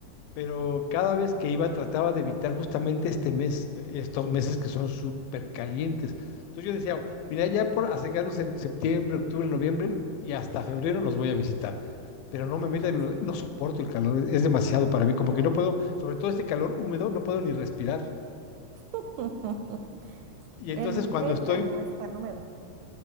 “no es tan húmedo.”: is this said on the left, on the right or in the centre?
Right